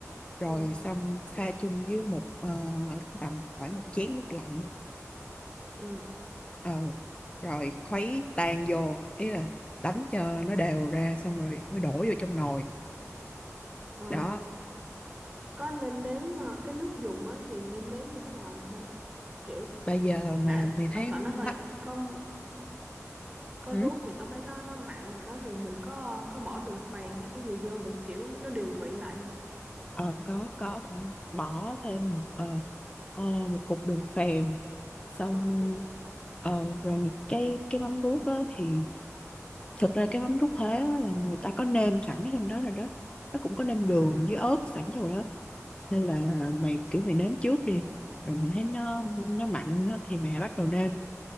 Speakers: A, on the left; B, on the right.
A: rồi
B: Ừ.
A: xong pha chung với một ờ, tầm khoảng một chén nước lạnh
B: ừ
A: ờ rồi khuấy tan vô ý là đánh cho nó đều ra xong rồi mới đổ vô trong nồi
B: ờ
A: đó
B: có nêm nếm ờ, cái nước dùng á thì nêm nếm như thế nào mày ha kiểu
A: bây giờ mà
B: đã
A: mày thấy
B: tao sợ nó hơi
A: mắt
B: có có
A: ừ?
B: ruốc thì tao thấy nó nó mặn rồi đó thì mình có có bỏ đường phèn hay cái gì vô được kiểu nó điều vị lại không
A: ờ có có bỏ, bỏ thêm một ờ, ờ, một cục đường phèn xong
B: ok
A: ờ, rồi cái cái mắm ruốc đó thì thực ra cái mắm ruốc Huế á là người ta có nêm sẵn ở trong đó rồi đó nó cũng có nêm đường
B: à
A: với ớt sẵn trong đó nên là mày kiểu mày nếm trước đi rồi mày thấy nó nó mặn á thì mày bắt đầu nêm